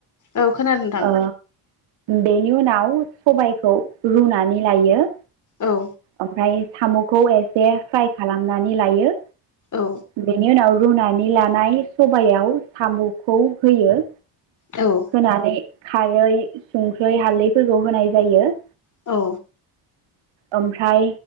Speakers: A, on the left; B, on the right.
A: औ खोनादों नोंथां।
B: ओ बेनि उनाव सबायखौ रुनानै लायो।
A: औ
B: ओमफ्राय साम'खौ एसे फ्राइ खालामनानै लायो।
A: औ
B: बेनि उनाव रुनानै लानाय सबायाव साम'खौ होयो।
A: औ औ
B: होनानै खारै संख्रै हालदैफोरखौ होनाय जायो।
A: औ
B: ओमफ्राय